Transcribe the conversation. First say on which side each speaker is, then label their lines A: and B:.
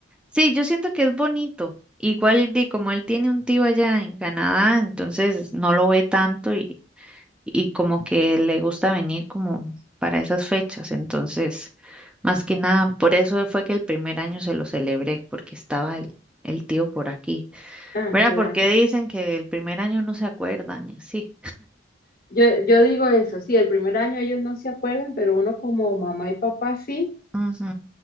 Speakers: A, in the centre; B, on the left (about 50°).
A: Sí, yo siento que es bonito. Igual de como él tiene un tío allá en Canadá, entonces no lo ve tanto y y como que le gusta venir como para esas fechas. Entonces, más que nada, por eso fue que el primer año se lo celebré, porque estaba el, el tío por aquí.
B: Ah,
A: Mira,
B: claro.
A: porque dicen que el primer año no se acuerdan y así.
B: Yo, yo digo eso, sí, el primer año ellos no se acuerdan, pero uno como mamá y papá sí.
A: Ujú,